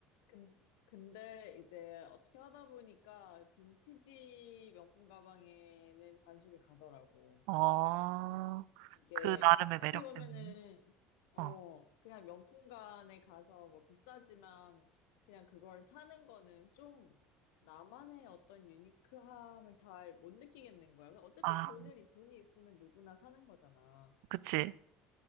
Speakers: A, on the left; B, on the right.
A: 근, 근데 이제 어떻게 하다 보니까 빈티지 명품 가방에는 관심이 가더라고.
B: 어,
A: 이게
B: 그 나름의
A: 어떻게
B: 매력
A: 보면은
B: 때문에.
A: 어
B: 어,
A: 그냥 명품관에 가서 뭐 비싸지만 그냥 그걸 사는 거는 좀 나만의 어떤 유니크함을 잘 못 느끼겠는 거야. 그러니까 어쨌든
B: 아,
A: 돈을 돈이 있으면 누구나 사는 거잖아.
B: 그치.